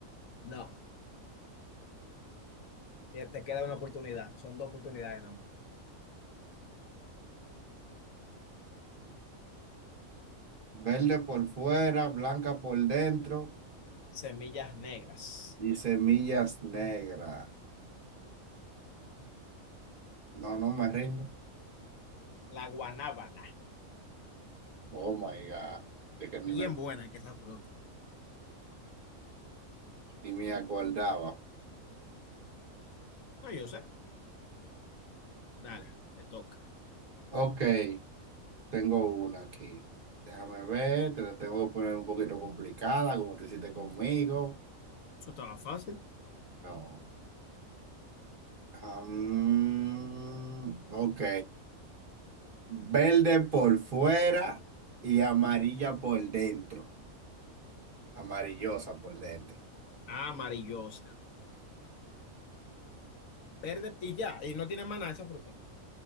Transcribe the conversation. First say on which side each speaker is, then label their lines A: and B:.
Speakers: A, on the left; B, on the right.
A: No. Eh, Te queda una oportunidad. Son dos oportunidades, nada más.
B: Verde por fuera, blanca por dentro
A: Semillas negras.
B: y semillas negras. No, no me rindo.
A: La guanábana.
B: Oh my God. De que
A: Bien
B: ni me,
A: buena que esa fruta.
B: ni me acordaba.
A: No, yo sé. Dale, te toca.
B: Ok, tengo una aquí. Déjame ver, te la tengo que poner un poquito complicada, como te hiciste conmigo.
A: Eso estaba fácil.
B: No. Am, ok. Verde por fuera y amarilla por dentro. Amarillosa por dentro.
A: Amarillosa. Verde y ya. Y no tiene más nada esa fruta.